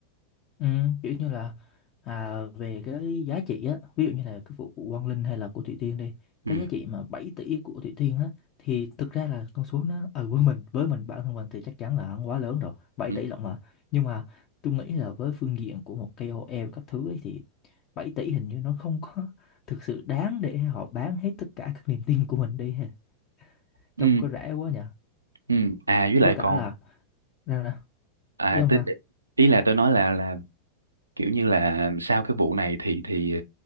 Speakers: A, on the left; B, on the right.
A: Ừ, kiểu như là à, về cái giá trị á ví dụ như là cái vụ của Quang Linh hay là của Thủy Tiên đi
B: ừ
A: cái giá trị mà 7 tỷ của Thủy Tiên á thì thực ra là con số nó ở với mình với mình bản thân mình thì chắc chắn là quá lớn rồi bảy
B: ừ
A: tỷ lận mà nhưng mà tôi nghĩ là với phương diện của một KOL các thứ ấy, thì 7 tỷ hình như nó không có <laughs> thực sự đáng để họ bán hết tất cả các niềm tin của mình đi ha
B: ừ
A: trông có rẻ quá nhỉ
B: ừ. à với
A: với
B: lại
A: cả
B: còn
A: là ra ra
B: à
A: ấy không
B: tí-
A: sao
B: ý là tôi nói là là kiểu như là sau cái vụ này thì thì